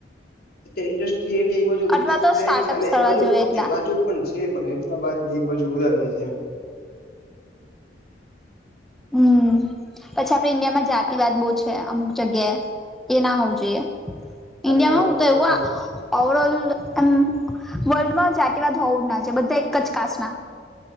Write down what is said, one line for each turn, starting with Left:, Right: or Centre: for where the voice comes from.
Left: ત્યાં ઇન્ડસ્ટ્રીઝ એ બાજુ વિકસિત
Centre: અથવા તો
Left: થાય
Centre: સ્ટાર્ટઅપ્સ
Left: છે અને
Centre: કરવા
Left: એ બાજુ
Centre: જોઈએ એટલા
Left: એ બાજુ પણ છે પણ હૈદરાબાદ બાજુ વધારે છે.
Centre: હમ. પછી આપડ ઇન્ડિયામાં જાતિવાદ બહ છે અમુક જગ્યાએ, એ ના હોવું જોઈએ.
Left: જાતિવાદ
Centre: ઇન્ડિયા માં હું
Left: કોમવાદ
Centre: તો એવું. ઓવર ઓલ એમ વર્લ્ડમાં જાતિવાદ હોવું ના છે બધા એક જ કાસ ના.